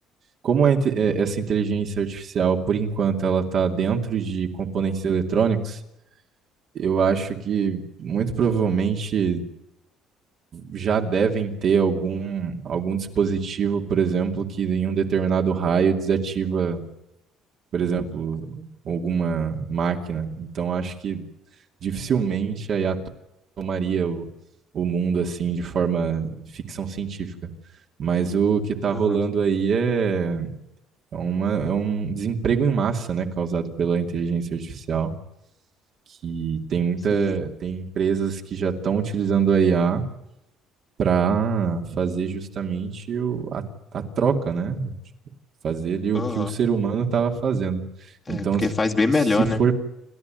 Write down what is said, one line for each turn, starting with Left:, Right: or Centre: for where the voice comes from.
Right: como a inte- eh, essa inteligência artificial, por enquanto, ela está dentro de componentes eletrônicos, eu acho que muito provavelmente já devem ter algum, algum dispositivo, por exemplo, que em um determinado raio desativa, por exemplo, alguma máquina. Então, acho que dificilmente a IA tomaria o, o mundo assim de forma ficção científica. Mas o que está
Left: Aham,
Right: rolando aí é é uma, é um desemprego em massa, né, causado pela inteligência artificial, que tem muita,
Left: sim.
Right: tem empresas que já estão utilizando a IA para fazer justamente o, a, a troca, né? Tipo, Fazer ali
Left: Aham.
Right: o que o ser humano estava fazendo.
Left: É,
Right: Então,
Left: porque faz bem melhor,
Right: se for,
Left: né?